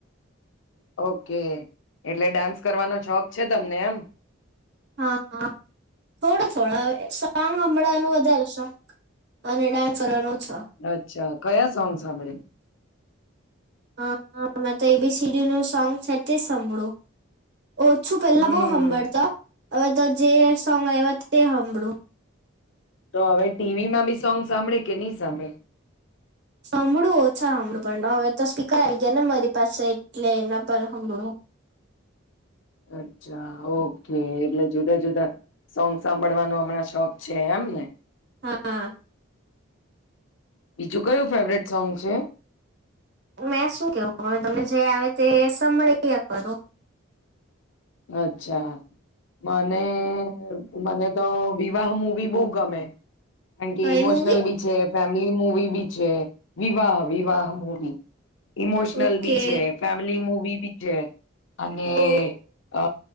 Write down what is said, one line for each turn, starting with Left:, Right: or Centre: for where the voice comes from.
Left: Okay એટલે ડાન્સ કરવાનો છોખ છે તમને એમ
Right: હા હા થોડા થોડા સોન્ગ હામળાનું વધારે શોખ. અને ડાન્સ કરવાનો છે
Left: અચ્છા કયા સોંગ સાંભળે?
Right: હ અ મેં તો એ બી સી ડી નું સોંગ છે તે સાંભળું. ઓછું પેલા
Left: હમ
Right: બો હામ્બળતો અવે તો જે સોંગ આયવા તે હાંભળું
Left: તો હવે ટીવીમાં બી સોંગ સાંભળે કે ની સાંભળે.
Right: સાંભળું ઓછા હાંભળું પણ હવે તો સ્પીકર આવી ગયા ને મારી પાસે એટલે એના પર હાંભળું.
Left: અચ્છા ઓકે એટલે જુદા જુદા સોંગ સાંભળવાનો હમણાં શોખ છે એમને
Right: હા.
Left: બીજું કયું ફેવરેટ સોંગ છે?
Right: મેં શું કેવ હવે તમને જે આવે તે સંભળીયા કરો.
Left: અચ્છા મને મને તો વિવાહ મુવી બઉ ગમે. કારણ કે
Right: કઈ
Left: ઇમોશનલ
Right: મૂવી
Left: બી છે પે <unintelligible> મૂવી બી છે Vivah Vivah movie. Emotional
Right: okay
Left: બી છે ફેમિલી મૂવી બી જે અને
Right: ઓ
Left: અ